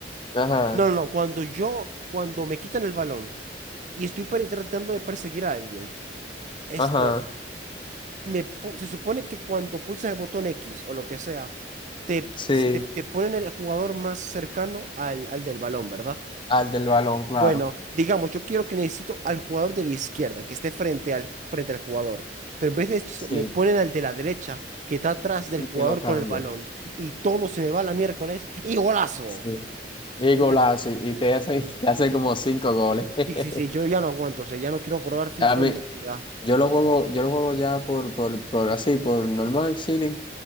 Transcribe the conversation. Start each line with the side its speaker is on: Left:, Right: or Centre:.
Left: ajá,
Right: no, no, no, cuando yo, cuando me quitan el balón y estoy per- tratando de perseguir a alguien, esto
Left: ajá,
Right: me pu- se supone que cuando pulsas el botón X o lo que sea, te,
Left: sí,
Right: se te, te ponen el jugador más cercano al, al del balón, ¿verdad?
Left: al del balón, claro.
Right: Bueno, digamos, yo quiero que necesito al jugador de la izquierda, que esté frente al, frente al jugador. Pero en vez de eso,
Left: Sí,
Right: me ponen al de la derecha, que está atrás del
Left: y
Right: jugador
Left: que lo cambia.
Right: con el balón. Y todo se me va a la miércoles. ¡Y golazo!
Left: Sí. Y golazo,
Right: Y yo-
Left: y te hace, <laughs> te hace como cinco goles. <laughs>
Right: sí, sí, sí, yo ya no aguanto. O sea, ya no quiero probar FIFA
Left: A mí,
Right: en mi vida.
Left: yo lo juego, yo lo juego ya por, por, por así, por normal, chilling.